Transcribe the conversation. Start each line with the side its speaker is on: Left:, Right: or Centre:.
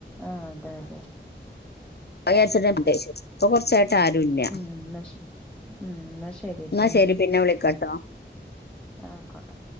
Centre: ആഹ് അതെ അതെ.
Left: <unintelligible> പ്പൊ കുറച്ചായിട്ട് ആരുല്ല്യ.
Centre: ഉം ന്നാ ശ ഉം എന്നാ ശരിട്ടിലെ.
Left: എന്നാ ശരി പിന്നെ വിളിക്കാട്ടോ.
Centre: ആയിക്കോട്ടെ.